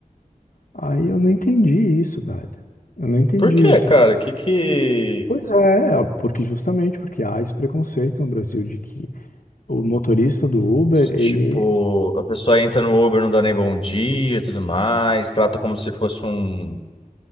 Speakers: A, on the left; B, on the left.
A: Aí eu não entendi isso, velho. Eu não entendi,
B: Por quê,
A: eu, assim.
B: cara? Que que.
A: Pois é, é, porque justamente porque há esse preconceito no Brasil de que o motorista do Uber, ele
B: Tipo, a pessoa entra no Uber, não dá nem bom dia e tudo mais, trata como se fosse um.